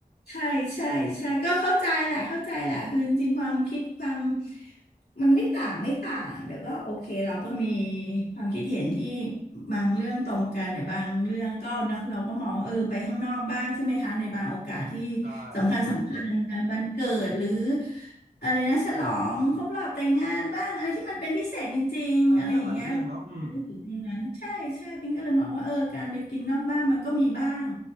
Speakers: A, on the left; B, on the right.
A: ใช่ใช่ใช่ก็เข้าใจแหละเข้าใจแหละคือจริงๆความคิดความมันไม่ต่างไม่ต่างเดี๋ยวก็โอเคเราก็มีความคิดเห็นที่บางเรื่องตรงกันเดี๋ยวบางเรื่องก็เนาะเราก็มองว่าเออไปข้างนอกบ้างใช่ไหมคะในบางโอกาสที่
B: ๆใช่เทนด้วยเทนด้วย
A: สำคัญสำคัญบางวันเกิดหรืออะไรนะฉลองครบรอบแต่งงานบ้างอะไรที่มันเป็นพิเศษจริงๆอะไรอย่างเงี้ยเราจะนึกถึงตรงนั้นใช่ใช่ปิงก็เลยมองว่าเออการไปกินนอกบ้านมันก็มีบ้าง
B: ตอนเนี้ยหลายเรื่องเนาะอืม